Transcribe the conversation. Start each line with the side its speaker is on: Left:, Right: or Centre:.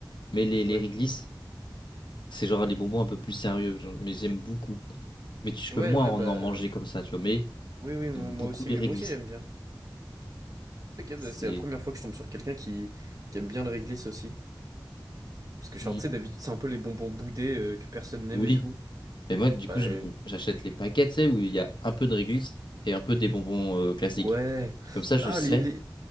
Left: Mais les, les
Right: ouais.
Left: réglisse, C'est genre les bonbons un peu plus sérieux, genre, mais j'aime beaucoup. Mais tu, je
Right: Ouais,
Left: peux moins
Right: ouais,
Left: en
Right: bah.
Left: en manger comme ça, tu vois. Mais
Right: Oui, oui, mo-
Left: j'aime
Right: moi
Left: beaucoup
Right: aussi,
Left: les
Right: mais
Left: réglisses.
Right: moi aussi j'aime bien. Ok, bah,
Left: C'est.
Right: c'est la première fois que je tombe sur quelqu'un qui... qui aime bien le réglisse aussi. Parce que, genre,
Left: Mm.
Right: tu sais, d'habitude, c'est un peu les bonbons boudés euh, que personne n'aime
Left: Oui.
Right: et tout.
Left: Et moi, du
Right: Ouais.
Left: coup, je m- j'achète les paquets, tu sais, où il y a un peu de réglisse et un peu des bonbons euh, classiques.
Right: Ouais.
Left: Comme ça, je
Right: Ah,
Left: sais
Right: les, les...